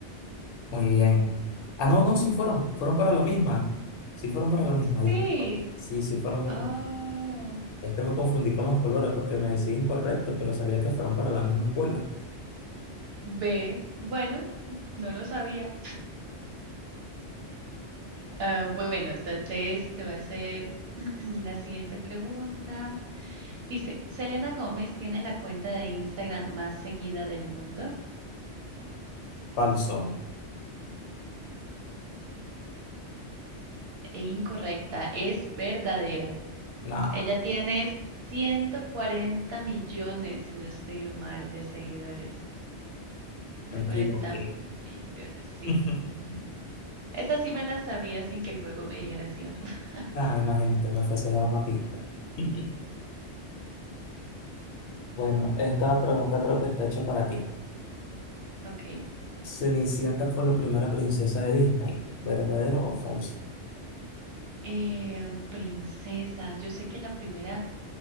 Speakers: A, on the left (about 75°); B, on the right (about 65°).
A: Muy bien. Ah, no, no, sí fueron. Fueron para la misma. Sí fueron para la misma, disculpa.
B: Sí.
A: Sí, sí fueron para
B: Oh,
A: la misma. Es que me confundí con los colores porque me decía incorrecto, pero sabía que fueron para la misma escuela.
B: ve, bueno, no lo sabía. Ah, bueno, entonces te voy a hacer <clears throat> la siguiente pregunta. Dice, Selena Gómez tiene la cuenta de Instagram más seguida del mundo.
A: Falso.
B: E incorrecta, es verdadera.
A: Nah,
B: Ella tiene 140 millones, si no estoy mal, de seguidores.
A: me
B: 140
A: equivoqué.
B: millones, sí.
A: <laughs>
B: Esa sí me la sabía sin que el juego me dijera sí o no. <laughs>
A: Ah, imagínate, me fuese dado una pista. <laughs> Bueno, esta pregunta creo que está hecha para ti.
B: Ok.
A: Cenicienta fue la primera princesa de Disney, ¿verdadero o falso?
B: Eh, princesa, yo sé que la primera